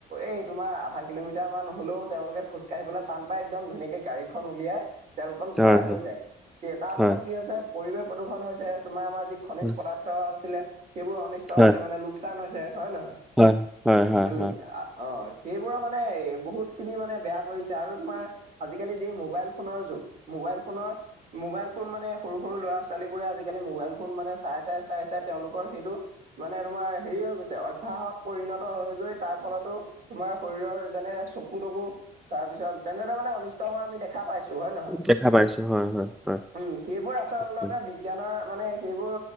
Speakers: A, on the right; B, in the centre.
A: এই তোমাৰ আধা কিলোমিটাৰ মান হলেও তেওঁলোকে খোজকাঢ়িবলে টান পায়, একদম ধুনীয়া এ গাড়ীখন উলিয়াই তেলকন
B: হয়
A: ভৰাই
B: হয়
A: লৈ যায়, তে তাৰ
B: হয়
A: ফলত কি হৈছে। পৰিৱেশ প্ৰদূষণ হৈছে, তোমাৰ আমাৰ যি খনিজ
B: হয়
A: পদাৰ্থ আছিলে, সেইবোৰ অনিষ্ট
B: হয়
A: হৈছে মানে লোক চান হৈছে হয় নহয়?
B: হয়, হয়, হয়,
A: উম,
B: হয়।
A: আ- অ' সেইবোৰৰ মানে বহুত খিনি মানে বেয়া কৰিছে আৰু তোমাৰ আজিকালি যি মোবাইল ফোনৰ যুগ, মোবাইল ফোনৰ মোবাইল ফোন মানে, সৰু সৰু ল'ৰা ছোৱালীবোৰে আজিকালি মোবাইল ফোন মানে চাই, চাই, চাই, চাই তেওঁলোকৰ সেইটো মানে তোমাৰ হেৰি হৈ গৈছে, অভ্যাসত পৰিণত হৈ গৈ তাৰ ফলতো তোমাৰ শৰীৰৰ যেনে চকু, তকু তাৰ পিছত তেনেদৰে মানে অনিষ্ট হোৱা আমি দেখা পাইছো। হয় নহয়,
B: দেখা পাইছো হয় হয় হয়
A: উম' সেইবোৰ আচলতে
B: হয়
A: বি জ্ঞানৰ মানে সেইবোৰ